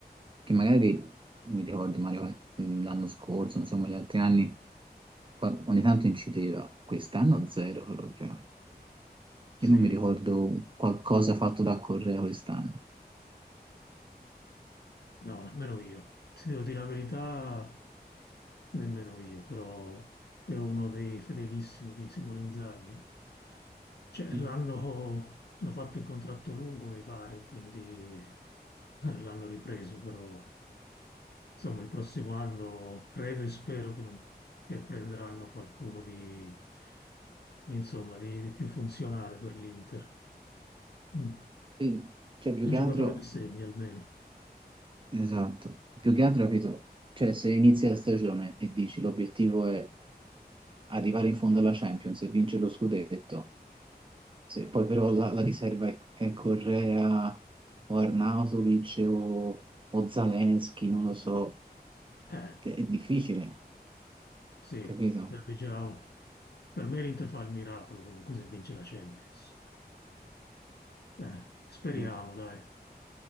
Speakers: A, on the right (about 30°); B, on the left (about 80°).
A: che magari mi ricordo Mario, mh, l'anno scorso, insomma, gli altri anni, qua- ogni tanto incideva, quest'anno zero proprio.
B: Sì,
A: Io non mi ricordo qualcosa fatto da Correa quest'anno.
B: No, nemmeno io. Ti devo dire la verità, nemmeno io, però è uno dei fedelissimi di Simone Inzaghi. eh. Cioè,
A: Mm.
B: l'hanno hanno fatto il contratto lungo, mi pare, quindi eh, l'hanno ripreso, però insomma il prossimo anno credo e spero che, non- che prenderanno qualcuno di, insomma, di, di più funzionale per l'Inter. Mm.
A: Quindi, cioè, più
B: Un
A: che
B: giocatore
A: altro,
B: che segni almeno.
A: esatto, più che altro, capito? Cioè, se inizi la stagione e dici l'obiettivo è arrivare in fondo alla Champions e vincere lo scudetto, se poi però la, la riserva è, è Correa o Arnautovic o, o Zaleschi, non lo so,
B: Eh.
A: è, è difficile,
B: Sì,
A: capito?
B: Serve Giao. Per me l'Inter fa il miracolo comunque se vince la Champions. Eh, speriamo,
A: No,
B: dai.